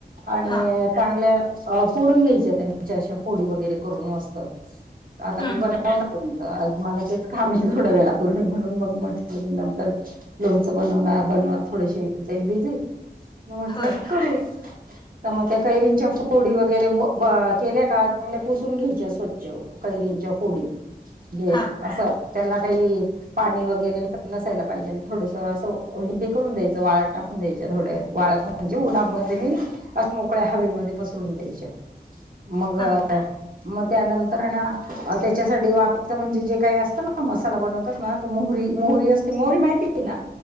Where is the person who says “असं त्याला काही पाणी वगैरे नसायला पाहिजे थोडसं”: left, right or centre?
Right